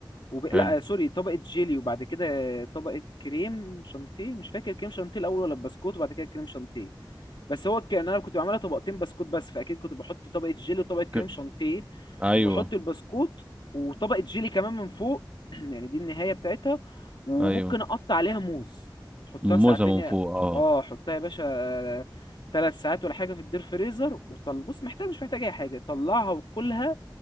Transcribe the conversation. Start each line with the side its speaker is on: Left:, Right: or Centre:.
Left: وب... لا
Right: حلو
Left: سوري طبقة جيلي وبعد كده طبقة كريم شانتيه مش فاكر كريم شانتيه الأول ولا بسكوت وبعد كده كريم شانتيه بس هو كان أنا كنت بعملها طبقتين بسكوت بس فأكيد كنت بحط طبقة جيلي وطبقة كريم
Right: ك...
Left: شانتيه
Right: ايوه
Left: وبحط البسكوت وطبقة جيلي كمان من فوق <clears throat> يعني دي النهاية بتاعتها وممكن
Right: ايوه
Left: أقطع عليها موز حطها
Right: موزة
Left: ساعتين
Right: من
Left: يا-
Right: فوق اه
Left: اه حطها يا باشا ثلاث ساعات ولا حاجة في الدير فريزر وطل بص محتاج مش محتاج أي حاجة طلعها وكلها